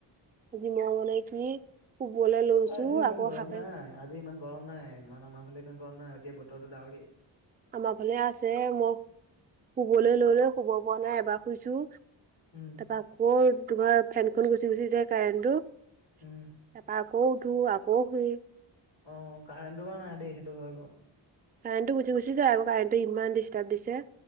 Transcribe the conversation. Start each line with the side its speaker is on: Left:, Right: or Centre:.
Right: আজি ম বনাই থি শুবলৈ লৈছো
Left: আজি ইমান
Right: আকৌ
Left: গৰম
Right: হাৰ পাই
Left: নাই আজি ইমান গৰম নাই ইমান আমাৰ ফালে ইমান গৰম নাই এতিয়া বতৰটো ডাউৰি
Right: আমাৰ ফালে আছে মোক শুবলৈ ললে শুব পোৱা নাই এবাৰ শুইছো
Left: উম
Right: ত আকৌ তোমাৰ ফেন খ গুচি গুচিছে কাৰেণ্টটো
Left: উম
Right: তাৰপা আকৌ উঠো আকৌ শুওঁ।
Left: অ', কাৰেণ্ট বাৰু নাই দেই, সেইটো হয় বাৰু।
Right: কাৰেণ্টটো গুচি গুচি যায় আকৌ, কাৰেণ্টটো ইমান ডিষ্টাৰ্ব দিছে।